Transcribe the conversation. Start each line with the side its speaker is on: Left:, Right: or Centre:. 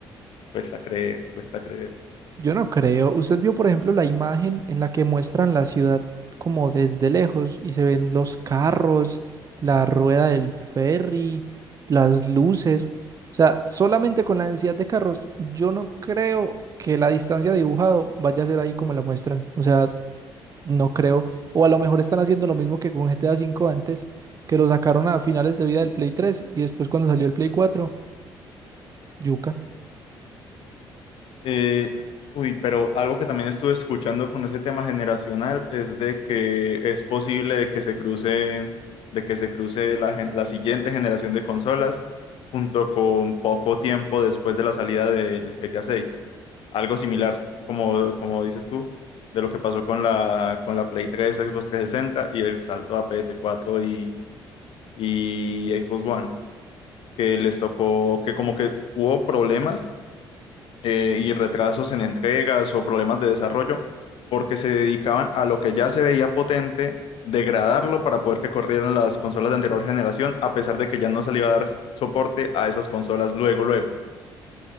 Left: cuesta creer, cuesta creer.
Right: Yo no creo. Usted vio, por ejemplo, la imagen en la que muestran la ciudad como desde lejos y se ven los carros, la rueda del ferry, las luces. O sea, solamente con la densidad de carros, yo no creo que la distancia dibujado vaya a ser ahí como la muestran. O sea, no creo. O a lo mejor están haciendo lo mismo que con GTA V antes, que lo sacaron a finales de vida del Play 3 y después cuando salió el Play 4, yuca.
Left: Eh, uy, pero algo que también estuve escuchando con ese tema generacional es de que es posible de que se crucen, de que se cruce la, gen- la siguiente generación de consolas junto con poco tiempo después de la salida del GTA 6. Algo similar, como, como dices tú, de lo que pasó con la, con la Play 3, Xbox 360 y el salto a ps cuatro y, y Xbox One, que les tocó, que como que hubo problemas eh, y retrasos en entregas o problemas de desarrollo, porque se dedicaban a lo que ya se veía potente, degradarlo para poder que corrieran las consolas de anterior generación, a pesar de que ya no se le iba a dar soporte a esas consolas luego, luego.